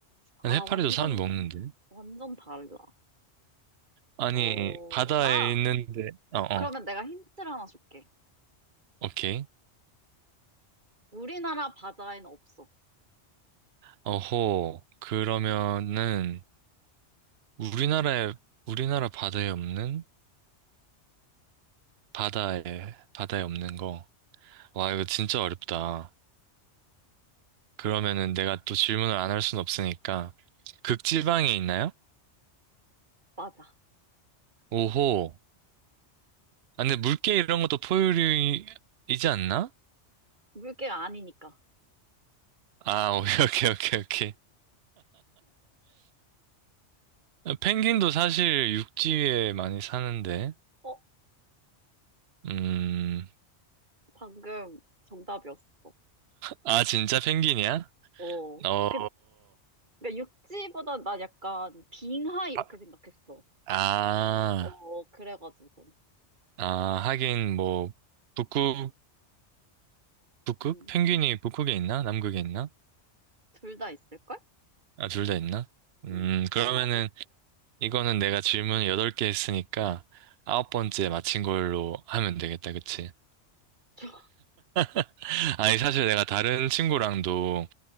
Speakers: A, on the right; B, on the right.
A: 아니,
B: 아,
A: 해파리도
B: 완전,
A: 사람 먹는데?
B: 완전 달라.
A: 아니,
B: 어,
A: 바다에
B: 아,
A: 있는데, 어, 어,
B: 그러면 내가 힌트를 하나 줄게.
A: 오케이.
B: 우리나라 바다에는 없어.
A: 어호, 그러면은, 우리나라에, 우리나라 바다에 없는? 바다에, 바다에 없는 거. 와, 이거 진짜 어렵다. 그러면은 내가 또 질문을 안 할 순 없으니까, 극지방에 있나요?
B: 맞아.
A: 오호. 아, 근데 물개 이런 것도 포유류이지 않나?
B: 물개가 아니니까.
A: 아, <laughs> 오케이, 오케이, 오케이, 오케이. 아, 펭귄도 사실 육지에 많이 사는데.
B: 어,
A: 음,
B: 방금 정답이었어.
A: 아, 진짜 펭귄이야?
B: 어,
A: 어,
B: 그, 그러니까 육지보다 나 약간 빙하 이렇게
A: 바-
B: 생각했어.
A: 아,
B: 어, 그래가지고.
A: 아, 하긴 뭐, 북극, 북극?
B: 음,
A: 펭귄이 북극에 있나? 남극에 있나?
B: 둘 다 있을걸?
A: 아, 둘 다 있나? 음,
B: 음,
A: 그러면은,
B: 아마도.
A: 이거는 내가 질문 8개 했으니까, 아홉 번째 맞힌 걸로 하면 되겠다, 그치?
B: 저,
A: <laughs> 아니, 사실 내가 다른 친구랑도